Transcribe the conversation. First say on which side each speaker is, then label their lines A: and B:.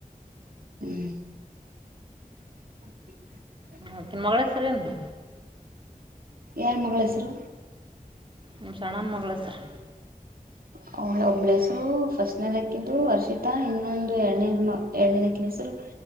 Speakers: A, on the right; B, on the right.
A: ಹ್ಮ್ <unintelligible>
B: ಅಕಿನ ಮಗಳ ಹೆ ಸರ ಏನು.
A: ಯಾರ ಮಗಳ ಹೆಸರು.
B: ನಿಮ್ ಸಣ್ಣವಾನ ಮಗಳ ಹೆಸ್ರು.
A: <inaudible> ಹೆಸರು ಫಸ್ಟ್ನೇ ದಕ್ಕಂದು ಅರ್ಷಿತಾ ಇನ್ನೊಂದು ಎರಡನೇ ಎರಡನೇ ದಕ್ಕಿನ ಹೆಸರು.